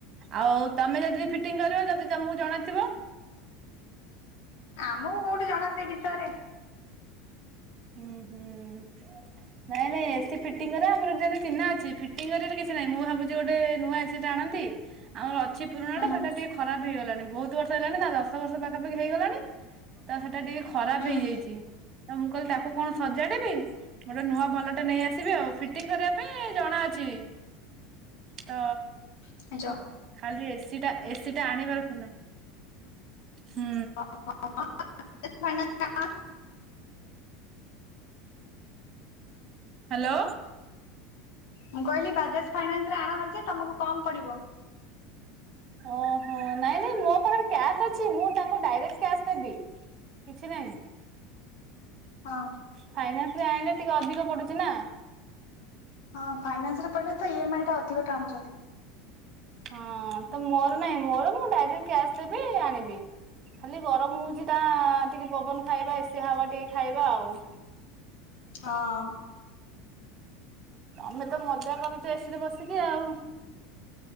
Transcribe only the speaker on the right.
ଆଉ ତମେ ଯଦି ଫିଟିଙ୍ଗ କରିବ ଯଦି ତମକୁ ଜଣାଥିବ।
ହୁଁ ହୁଁ। ନାଇଁ ନାଇଁ ଏସି ଫିଟିଂ କରିବା ଆମର ଜଣେ ଚିହ୍ନା ଅଛି ଫିଟିଙ୍ଗ କରିବାର କିଛି ନାହିଁ ମୁଁ ଭାବୁଛି ଗୋଟେ ନୂଆ ଏସି। ସେ ଜାଣନ୍ତି ଆମର ଅଛି। ପୁରୁଣା
ଟା ସେଟା ଟିକେ ଖରାପ ହେଇଗଲାଣି ବହୁତ ବର୍ଷ ହେଇଲାଣି ନା ଦଶ ବର୍ଷ ପାଖାପାଖି ହେଇଗଲାଣି ତ ସେଟା ଟିକେ। ଖରାପ
ହେଇଯାଇଛି ତ ମୁଁ କହିଲି ତାକୁ କଣ ସଜାଡିବି। ଗୋଟେ ନୂଆ ଭଲଟେ ନେଇ ଆସିବି ଆଉ ଫିଟିଙ୍ଗ କରିବା ପାଇଁ ଜଣା ଅଛି। ତ।
ଖାଲି ଏସି ଟା ଏସି ଟା ଆଣିବାର ଥିଲା। ହୁଁ।
ହ୍ୟାଲୋ।
ଓଃ ହୋ ନାଇଁ ନାଇଁ ମୋ ପାଖରେ କ୍ୟାସ୍ ଅଛି ମୁଁ ତାଙ୍କୁ ଡାଇରେକ୍ଟ କ୍ୟାସ୍ ଦେବି। କିଛି ନାହିଁ।
ଫାଇନାନ୍ସ ରେ ଆଣିଲେ ଟିକେ ଅଧିକ ପଡୁଛି ନା।
ହଁ ତ ମୋର ନାହିଁ ମୋର ମୁଁ ଡାଇରେକ୍ଟ କ୍ୟାସ୍ ଦେବି ଆଣିବି। ଖାଲି ଗରମ ହଉଛି ତା ଟିକେ ପବନ ଖାଇବା ଏସିି ହାୱା ଟିକେ ଖାଇବା ଆଉ।
ତମେ ତ ମଜା କରୁଛ ଏସିରେ ବସିକି ଆଉ।